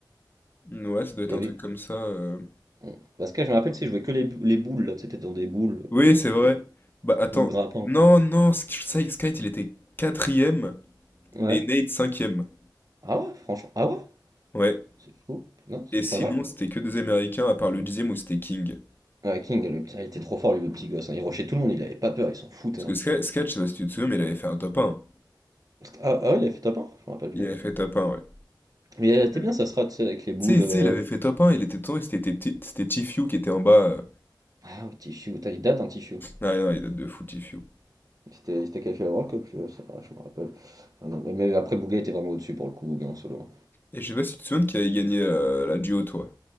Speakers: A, on the left (about 25°); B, on the right (about 50°).
A: Ouais, ça doit être
B: Il y
A: un
B: avait.
A: truc comme ça. euh.
B: hmm. Parce que je me rappelle, tu sais, je jouais que les, bou- les boules, là, tu sais, t'es dans des boules,
A: Oui,
B: euh,
A: c'est
B: qui...
A: vrai. Bah attends,
B: boules grattantes.
A: non, non, Sk- Sk- Skite il était quatrième
B: Ouais.
A: et Nate cinquième.
B: Ah ouais, franchement. Ah ouais?
A: Ouais,
B: C'est fou. Non, c'est
A: et sinon
B: pas mal.
A: c'était que des Américains à part le dixième où c'était King.
B: Ouais, King, le petit- il était trop fort, lui, le petit gosse. hein. Il rushait tout le monde, il avait pas peur, il s'en foutait.
A: Parce que
B: hein.
A: Skate, Skate, je sais pas si tu te souviens, mais il avait fait un top un.
B: Ah, ah ouais, il avait fait top 1? Je me rappelle
A: Il
B: plus.
A: avait fait top un, ouais.
B: Mais elle était
A: Tu
B: bien, ça sera, tu sais, avec les boules.
A: sais, tu
B: euh,
A: sais, il avait fait top un. il était temps, c'était c'était T- c'était Tfue qui était en bas. euh,
B: Ah, Tichou, putain, il date un Tichou.
A: Ouais, non, il date de Footy Few.
B: Il s'était il s'était qualifié à la World Cup, je sais pas, je me rappelle. Ah non, mais, mais après, Bouga était vraiment au-dessus pour le coup, Bouga en solo.
A: Et je sais pas si tu te souviens qui avait gagné euh, la duo, toi.